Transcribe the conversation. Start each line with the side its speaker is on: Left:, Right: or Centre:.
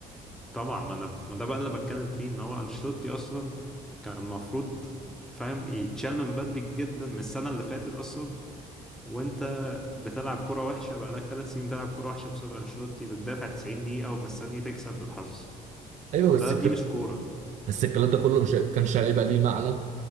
Centre: طبعا ما أنا ما ده بقى اللي بتكلم فيه إن هو أنشيلوتي أصلا كان المفروض فاهم يتشال من بدري جدا من السنة اللي فاتت أصلا وأنت بتلعب كرة وحشة بقالك ثلاث سنين بتلعب كرة وحشة بسبب أنشيلوتي بتدافع 90 دقيقة ومستني تكسب بالحظ
Right: ايوه
Centre: وده
Right: بس الك-
Centre: دي مش كورة
Right: بس الكلام ده كله مش كانش هيبقى ليه معنى